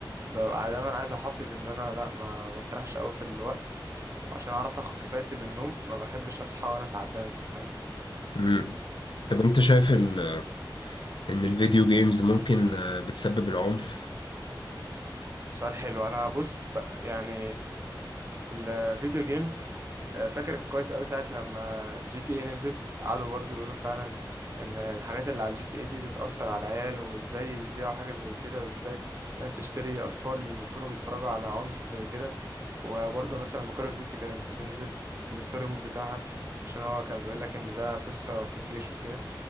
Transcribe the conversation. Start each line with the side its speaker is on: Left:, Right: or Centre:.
Right: ببقى دايما عايز احافظ ان انا لا ما ما اسرحش قوي في الوقت وعشان اعرف اخد كفايتي من النوم ما بحبش اصحى وانا تعبان انت فاهم
Left: امم طب انت شايف ال... ان الفيديو جيمز ممكن آه، بتسبب العنف
Right: سؤال حلو انا بص بقى يعني الفيديو جيمز آه، فاكر كويس قوي ساعة لما جي تي اي نزلت قعدوا برضو يقولوا فعلا ان الحاجات اللي على الجي تي اي دي بتأثر على العيال وازاي يذيعوا حاجة زي كده وازاي ناس تشتري اطفال يكونوا بيتفرجوا على عنف زي كده وبرضه مثلا لما كول اوف ديوتي كانت بتنزل الستوري مود بتاعها عشان هو كان بيقول لك ان ده قصة في الجيش وكده